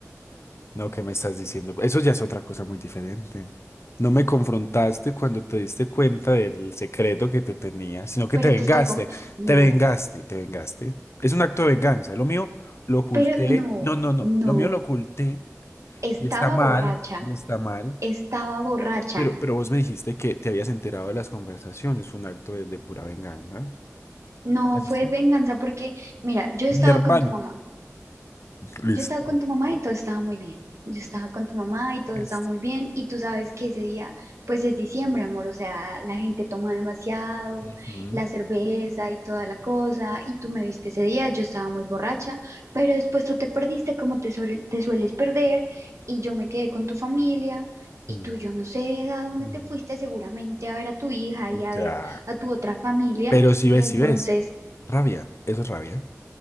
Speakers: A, on the left (about 55°); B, on the right (about 65°).
A: No, ¿qué me estás diciendo? Eso ya es otra cosa muy diferente. No me confrontaste cuando te diste cuenta del secreto que te tenía, sino que
B: pero
A: te vengaste,
B: te estoy como, no,
A: te vengaste, te vengaste. Es un acto de venganza. Lo mío lo oculté.
B: pero no,
A: No, no, no.
B: no,
A: Lo mío lo oculté
B: estaba
A: y está mal,
B: borracha,
A: no está mal.
B: estaba borracha.
A: Pero, pero vos me dijiste que te habías enterado de las conversaciones. Fue un acto de, de pura venganza.
B: No
A: Así
B: fue
A: es.
B: venganza porque, mira, yo estaba
A: Mi hermano.
B: con tu mamá.
A: Listo.
B: Yo estaba con tu mamá y todo estaba muy bien. Yo estaba con tu mamá y todo
A: Listo.
B: estaba muy bien. Y tú sabes que ese día, pues es diciembre, amor. O sea, la gente toma demasiado,
A: Ujú.
B: la cerveza y toda la cosa. Y tú me viste ese día, yo estaba muy borracha. Pero después tú te perdiste como te, suel- te sueles perder. Y yo me quedé con tu familia. Y
A: Ujú.
B: tú, yo no sé a dónde
A: Mm.
B: te fuiste, seguramente a ver a tu hija y a
A: Ya.
B: ver a tu otra familia.
A: Pero si ves,
B: Y entonces...
A: si ves. Rabia, eso es rabia.